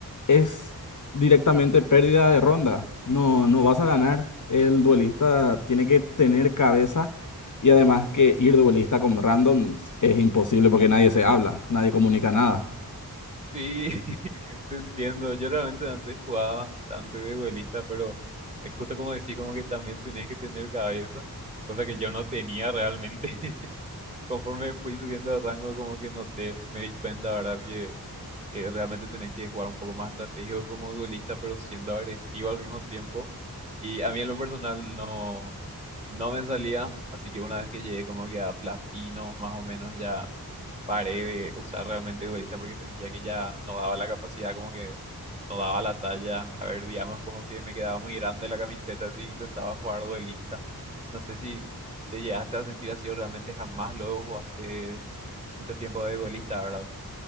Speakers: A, on the left; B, on the right.
A: es directamente pérdida de ronda. No, no vas a ganar. El duelista tiene que tener cabeza y además que ir duelista con randoms es imposible porque nadie se habla, nadie comunica nada.
B: Sí, <laughs> te entiendo. Yo realmente antes jugaba bastante de duelista, pero es justo como decís, como que también tenés que tener cabeza, cosa que yo no tenía realmente. <laughs> Conforme fui subiendo de rango, como que noté, me di cuenta, ¿verdad? Que, que realmente tenés que jugar un poco más estratégico como duelista, pero siendo agresivo al mismo tiempo. Y a mí en lo personal no, no me salía, así que una vez que llegué como que a platino, más o menos ya paré de usar realmente duelista porque sentía que ya no daba la capacidad como que no daba la talla. A ver, digamos como que me quedaba muy grande la camiseta si intentaba jugar duelista. No sé si te llegaste a sentir así o realmente jamás luego jugaste mucho tiempo de duelista, ¿verdad?